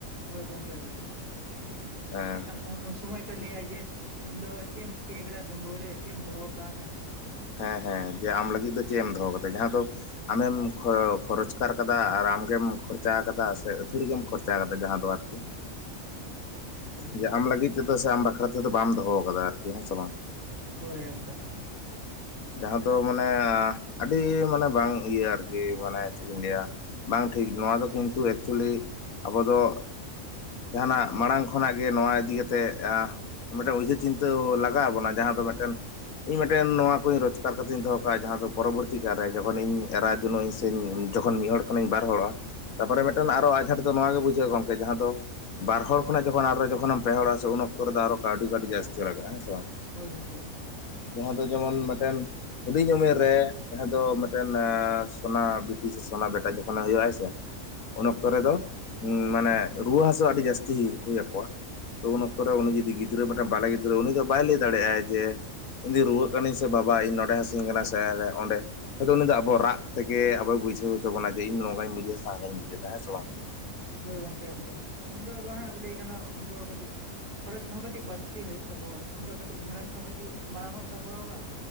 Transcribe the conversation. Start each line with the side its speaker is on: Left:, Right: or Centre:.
Right: ᱦᱳᱭ ᱜᱚᱝᱠᱮ ᱮᱠᱫᱚᱢ
Left: ᱦᱮᱸ
Right: ᱢᱮᱱᱠᱷᱟᱱ ᱩᱱ ᱩᱱ ᱥᱚᱢᱚᱭ ᱛᱚ ᱞᱟᱹᱭ ᱟᱭ ᱡᱮ ᱩᱱᱫᱚ ᱪᱮᱫ ᱮᱢ ᱪᱤᱠᱟᱹᱭ ᱠᱟᱫᱟ ᱰᱟᱸᱜᱩᱣᱟ ᱨᱮ, ᱪᱮᱫ ᱮᱢ ᱫᱚᱦᱚ ᱟᱠᱟᱱᱟ?
Left: ᱦᱮᱸ ᱦᱮᱸ ᱫᱤᱭᱮ ᱟᱢ ᱞᱟᱹᱜᱤᱫ ᱫᱚ ᱪᱮᱫ ᱮᱢ ᱫᱚᱦᱚ ᱠᱟᱫᱟ ᱡᱟᱦᱟᱸ ᱫᱚ
Right: ᱫᱚᱦᱚ ᱠᱟᱣᱱᱟ
Left: ᱟᱢᱮᱢ ᱠᱷᱚᱨᱚᱪ ᱫᱚᱨᱠᱟᱨ ᱠᱟᱫᱟ ᱟᱨ ᱟᱢᱜᱮᱢ ᱠᱷᱚᱨᱪᱟ ᱠᱟᱫᱟ ᱥᱮ ᱟᱹᱛᱷᱩᱲᱤ ᱜᱮᱢ ᱠᱷᱚᱨᱪᱟ ᱠᱟᱫᱟ ᱡᱟᱦᱟᱸ ᱫᱚ ᱟᱨᱠᱤ᱾
Right: <inaudible> ᱦᱳᱭ
Left: ᱡᱮ
Right: ᱮᱠᱫᱚᱢ
Left: ᱟᱢ ᱞᱟᱹᱜᱤᱫ ᱛᱮᱫᱚ ᱥᱮ ᱟᱢ ᱵᱟᱠᱷᱨᱟ ᱛᱮᱫᱚ ᱵᱟᱢ ᱫᱚᱦᱚ ᱠᱟᱫᱟ, ᱟᱨᱠᱤ ᱦᱮᱸ ᱥᱮ ᱵᱟᱝ?
Right: ᱦᱳᱭ ᱮᱠᱫᱚᱢ᱾
Left: ᱡᱟᱦᱟᱸ ᱫᱚ ᱢᱟᱱᱮ ᱟᱹᱰᱤ ᱢᱟᱱᱮ ᱵᱟᱝ ᱤᱭᱟᱹ ᱟᱨᱠᱤ ᱢᱟᱱᱮ ᱪᱮᱫ ᱤᱧ ᱞᱟᱹᱭᱟ ᱵᱟᱝ ᱴᱷᱤᱠ ᱱᱚᱣᱟ ᱫᱚ ᱠᱤᱱᱛᱩ ᱮᱠᱪᱩᱞᱤ ᱟᱵᱚ ᱫᱚ ᱡᱟᱦᱟᱱᱟᱜ ᱢᱟᱲᱟᱝ ᱠᱷᱚᱱᱟᱜ ᱜᱮ ᱱᱚᱣᱟ ᱤᱫᱤ ᱠᱟᱛᱮᱜ ᱟ ᱢᱤᱫᱴᱮᱱ ᱩᱭᱦᱟᱹᱨ ᱪᱤᱱᱛᱟᱹ ᱞᱟᱜᱟᱣ ᱟᱵᱚᱱᱟ ᱡᱟᱦᱟᱸ ᱫᱚ ᱢᱤᱫᱴᱮᱱ ᱤᱧ ᱢᱮᱫᱴᱮᱱ ᱱᱚᱣᱟ ᱨᱳᱡᱽᱜᱟᱨ ᱠᱟᱛᱮ ᱤᱧ ᱫᱚᱦᱚ ᱠᱟᱜᱼᱟ ᱡᱟᱦᱟᱸ ᱫᱚ ᱯᱚᱨᱚᱵᱚᱨᱛᱤ ᱠᱟᱞᱨᱮ ᱡᱚᱠᱷᱚᱱ ᱤᱧ ᱮᱨᱟ ᱡᱚᱱᱚᱜ ᱟᱹᱧ ᱥᱮ ᱡᱚᱠᱷᱚᱱ ᱢᱤᱫ ᱦᱚᱲ ᱡᱚᱠᱷᱚᱱ ᱤᱧ ᱵᱟᱨ ᱦᱚᱲᱚᱜᱼᱟ ᱛᱟᱨᱯᱚᱨᱮ ᱢᱤᱫᱴᱟᱱ ᱟᱨᱦᱚ ᱟᱸᱡᱷᱟᱴ ᱫᱚ ᱱᱚᱣᱟᱜᱮ ᱵᱩᱡᱷᱟᱹᱜᱼᱟ ᱜᱚᱝᱠᱮ ᱡᱟᱦᱟᱸ ᱫᱚ ᱵᱟᱨ ᱦᱚᱲ ᱠᱷᱚᱱᱟᱜ ᱡᱚᱠᱷᱚᱱ ᱟᱨᱦᱚ ᱡᱚᱠᱷᱚᱱ ᱯᱮᱦᱚᱲᱜᱼᱟ ᱥᱮ ᱩᱱ ᱚᱠᱛᱚ ᱨᱮᱫᱚ ᱟᱨᱚ ᱠᱟᱹᱣᱰᱤ ᱠᱟᱹᱴᱤᱡ ᱡᱟᱹᱥᱛᱤ ᱞᱟᱜᱟᱜᱼᱟ᱾ ᱦᱮᱸ ᱥᱮ ᱵᱟᱝ
Right: ᱦᱳᱭ ᱜᱚᱝᱠᱮ ᱮᱠᱫᱚᱢ
Left: ᱡᱟᱦᱟᱸ ᱫᱚ ᱡᱮᱢᱚᱱ ᱢᱤᱫᱴᱮᱱ ᱦᱩᱰᱤᱧ ᱩᱢᱮᱨ ᱨᱮ ᱡᱟᱦᱟᱸ ᱫᱚ ᱢᱤᱫᱴᱮᱱ ᱥᱳᱱᱟ ᱵᱤᱴᱤ ᱥᱮ ᱥᱚᱱᱟ ᱵᱮᱴᱟ ᱡᱚᱠᱷᱚᱱ ᱦᱩᱭᱩᱜ ᱟᱭ ᱥᱮ ᱩᱱ ᱚᱠᱛᱚ ᱨᱮᱫᱚ ᱢᱟᱱᱮ ᱨᱩᱣᱟᱹ ᱦᱟᱹᱥᱩ ᱟᱹᱰᱤ ᱡᱟᱹᱥᱛᱤ ᱦᱳᱭ ᱟᱠᱚᱣᱟ ᱛᱚ ᱩᱱ ᱚᱠᱛᱚ ᱨᱮ ᱩᱱᱤ ᱡᱩᱫᱤ ᱜᱤᱫᱽᱨᱟᱹ ᱢᱤᱫᱴᱟᱝ ᱵᱟᱞᱮ ᱜᱤᱫᱽᱨᱟᱹ ᱩᱱᱤ ᱫᱚ ᱵᱟᱭ ᱞᱟᱹᱭ ᱫᱟᱲᱮᱼᱟᱭ ᱡᱮ ᱤᱧ ᱫᱚ ᱨᱩᱣᱟᱹᱜ ᱠᱟᱹᱱᱟᱹᱧ ᱥᱮ ᱥᱮ ᱵᱟᱵᱟ ᱤᱧ ᱱᱚᱸᱰᱮ ᱦᱟᱹᱥᱩᱧ ᱠᱟᱱᱟ ᱥᱮ ᱚᱸᱰᱮ ᱟᱫᱚ ᱩᱱᱤ ᱫᱚ ᱟᱵᱚ ᱨᱟᱜ ᱛᱮᱜᱮ ᱟᱵᱚᱭ ᱵᱩᱡᱷᱟᱹᱣ ᱦᱚᱪᱚ ᱵᱚᱱᱟ ᱡᱮ ᱤᱧ ᱱᱚᱝᱜᱟᱧ ᱵᱩᱡᱷᱟᱣ ᱥᱮ ᱦᱟᱝᱠᱟ ᱤᱧ ᱵᱩᱡᱷᱣ ᱫᱟ ᱦᱮᱸ ᱥᱮ ᱵᱟᱝ
Right: ᱦᱳᱭ ᱜᱚᱝᱠᱮ ᱮᱠᱫᱚᱢ ᱩᱱᱫᱚ ᱟᱵᱟᱨ ᱦᱟᱸᱜ ᱞᱟᱹᱭ ᱜᱟᱱᱚᱜ-ᱟ ᱩᱱᱫᱚ ᱠᱟᱹᱴᱤᱡ ᱠᱷᱚᱨᱚᱪ ᱠᱚᱦᱚᱸ ᱠᱟᱹᱴᱤᱡ ᱵᱟᱹᱲᱛᱤ ᱦᱩᱭᱩᱜ ᱛᱟᱵᱚᱟ ᱚᱸᱰᱮ ᱠᱟᱹᱴᱤᱡ ᱜᱷᱟᱨᱚᱸᱡᱽ ᱦᱚᱸ ᱠᱟᱹᱴᱤᱡ ᱢᱟᱲᱟᱝᱜᱚ ᱛᱟᱵᱚᱣᱟ ᱵᱟᱝ